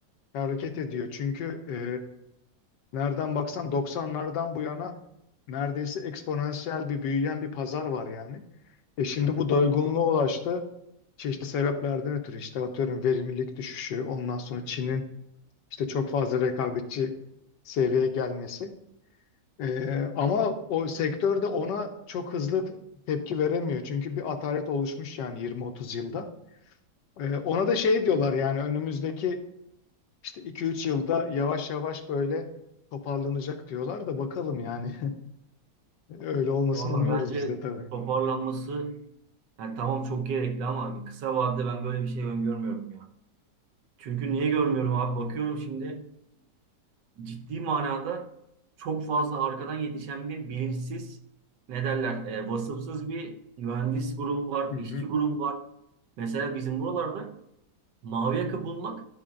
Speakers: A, on the left; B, on the right.
A: hareket ediyor. Çünkü e, Nereden baksan 90'lardan bu yana neredeyse eksponansiyel bir büyüyen bir pazar var yani. E şimdi bu doygunluğa ulaştı. Çeşitli sebeplerden ötürü işte atıyorum verimlilik düşüşü, ondan sonra Çin'in işte çok fazla rekabetçi seviyeye gelmesi. E, ama o sektör de ona çok hızlı t- tepki veremiyor. Çünkü bir atalet oluşmuş yani 20-30 yılda. E, ona da şey diyorlar yani önümüzdeki işte 2-3 yılda yavaş yavaş böyle toparlanacak diyorlar da bakalım yani. Öyle olmasını
B: Valla
A: umuyoruz
B: bence
A: biz de tabii.
B: toparlanması yani tamam çok gerekli ama kısa vadede ben böyle bir şey öngörmüyorum ya. Çünkü niye görmüyorum abi? Bakıyorum şimdi ciddi manada çok fazla arkadan yetişen bir bilinçsiz ne derler e, vasıfsız bir mühendis grubu var,
A: Hı hı.
B: işçi grubu var. Mesela bizim buralarda Mavi yaka bulmak